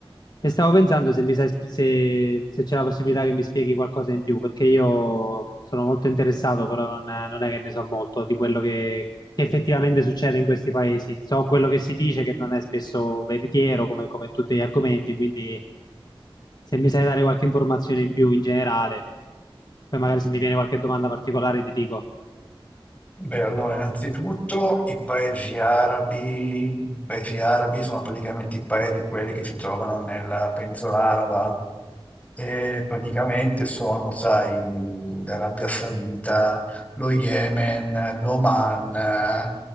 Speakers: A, on the left; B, on the left.
A: E stavo pensando se, mi sai- sp- se- se c'è la possibilità che mi spieghi qualcosa in più, perché io sono molto interessato, però non, non è che ne so molto di quello che, che effettivamente succede in questi paesi. So quello che si dice, che non è spesso veritiero, come, come tutti gli argomenti, quindi se mi sai dare qualche informazione in più in generale, poi magari se mi viene qualche domanda particolare ti dico.
B: Beh, allora, innanzitutto i paesi arabi, i paesi arabi sono praticamente i paesi quelli che si trovano nella penisola araba e praticamente sono, sai, l'Arabia Saudita, lo Yemen, l'Oman,